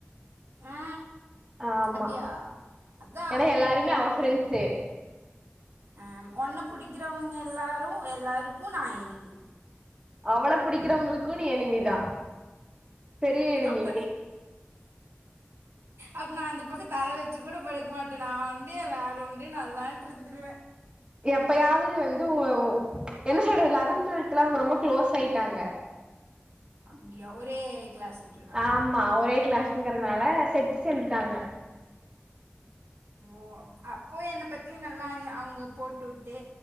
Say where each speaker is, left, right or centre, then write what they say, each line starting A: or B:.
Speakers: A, on the right (about 85°); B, on the right (about 20°).
A: ஆ
B: ஆமா
A: அப்டியா அதா
B: ஏன்னா எல்லாருமே அவ பெரெண்சு
A: அஹ் ஒன்னு புடிக்கிறவங்க எல்லாரும் எல்லாருக்கும் நான் எனிமி
B: அவ்ள பிடிக்கிறவங்களுக்கும் நீ எனிமிதா பெரிய எனிமி
A: அப்ப அப்ப நான் அந்த பக்கத்து தல வச்சு படுக் ம நான் உண்டு வேலை உண்டு நல்ல தான் ட்ருந்துருவே
B: எப்பயாவது வந்து உ என்ன <unintelligible> லெவன் டுவெல்த்ல அவங்க ரொம்ப க்ளோஸ் ஆயிட்டாங்க
A: அப்டியா ஒரே கிளாஸ்ன்றனாலயா
B: ஆமா ஒரே கிளாஸ்ங்கறனால செட்டு சேந்துட்டாங்க
A: ஓ அப்போ என்ன பத்தி நல்லா அவுங்க போட்டு உட்டு